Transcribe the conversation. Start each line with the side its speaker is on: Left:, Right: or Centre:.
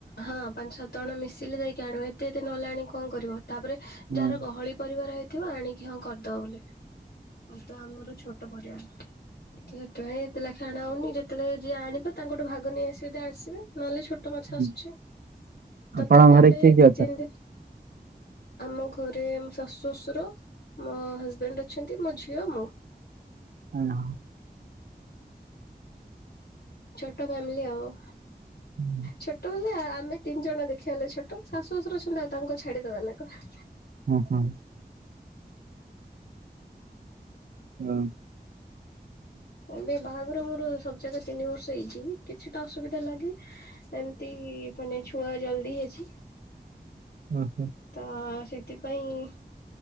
Left: ହଁ ପାଞ୍ଚ ସାତ ଜଣ ମିଶିଲେ ଯାଇକି ଆଣିବ ଏତେ ଏତେ ନହେଲେ ଆଣି କଣ କରିବ। ତାପରେ
Right: ହଁ
Left: ଯାହାର ଗହଳି ପରିବାର ହେଇ ଥିବ ଆଣିକି ହଁ କରିଦବ ବୋଲି ଆଉ ତ ଆମର ଛୋଟ ପରିବାର। ହେ କାଇଁ ଯେତେବେଳେ ଖେଣା ହଉନି ଯେତେବେଳେ ଯିଏ ଆଣିବ ତାଙ୍କଠୁ ଭାଗ ନେଇ ଆସିବ ଯି ଆସିବେ ନହେଲେ ଛୋ ଛଟ ମାଛ
Right: ହୁଁ
Left: ଆସୁଛି
Right: ଆପଣଙ୍କ
Left: ତଥାପି
Right: ଘରେ
Left: ଏବେ
Right: କିଏ କିଏ
Left: ଦି ତିନି ଦିନ ଆମ ଘରେ ଶାଶୁ ଶଶୁର ମୋ ହଜବେଣ୍ଡ ଅଛନ୍ତି ମୋ ଝିଅ ମୁଁ।
Right: ହଁ।
Left: ଛୋଟ ଫ୍ୟାମିଲି ଆଉ।
Right: <inaudible>
Left: ଛୋଟ ହେଲେ ଆମେ ତିନି ଜଣ ଦେଖିବାଲେ ଛୋଟ ଶାଶୁ ଶାଶୁର ଅଛନ୍ତି ଆଉ ତାଙ୍କ ଛାଡିଦବା କଣ।
Right: ହୁଁ ହୁଁ। ହଁ।
Left: ଏବେ ବାହାଘର ମୋର ସବୁ ଜାଗା ତିନି ବର୍ଷ ହେଇଛି କିଛିଟା ଅସୁବିଧା ତ ଲାଗେ ଏମିତି ମାନେ ଛୁଆ ଜଲଦି ହେଇଛି।
Right: ଓହୋ।
Left: ତ ସେଥିପାଇଁ